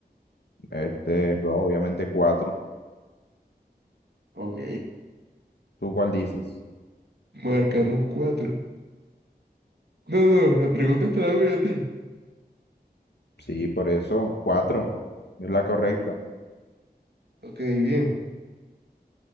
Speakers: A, on the left (about 85°); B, on the right (about 80°).
A: Este, bro, obviamente cuatro.
B: Ok,
A: ¿Tú cuál dices?
B: marcamos cuatro. No, no, la pregunta te la hago yo a ti.
A: Sí, por eso, cuatro. Es la correcta.
B: Ok, bien.